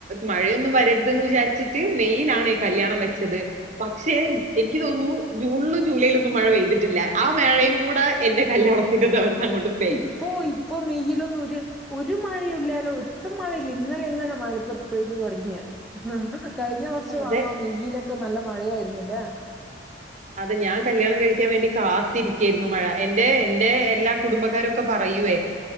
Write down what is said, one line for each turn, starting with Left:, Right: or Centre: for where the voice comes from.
Right: മഴയൊന്നും വരരുതന്ന് വിചാരിച്ചിട്ട് മെയ്യിലാണ് കല്യാണം വെച്ചത് പക്ഷേ എനിക്ക് തോന്നുന്നു ജൂണിലും ജൂലൈയിലൊന്നും മഴ പെയ്തിട്ടില്ല ആ മഴയും കൂടെ എന്റെ കല്യാണത്തിന്റെ ദിവസം അങ്ങോട്ടും
Centre: ഇപ്പോ ഇപ്പൊ മെയിലൊന്ന് ഒര് ഒരു മഴ മഴല്ലാലോ ഒട്ടും മഴയില്ല ഇന്നലെ ഇങ്ങനെ മഴ ഇപ്പൊ പെയ്ത് തുടങ്ങിയ കഴിഞ്ഞ വർഷം
Right: അതെ
Centre: ആ മെയിലൊക്കെ നല്ല മഴയായിരുന്നുല്ലേ
Right: അതെ ഞാൻ കല്യാണം കഴിക്കാൻ വേണ്ടി കാത്തിരിക്കായിരുന്നു മഴ എന്റെ എന്റെ എല്ലാ കുടുംബക്കാആരൊക്കെ പറയും ചെയ്യുവേ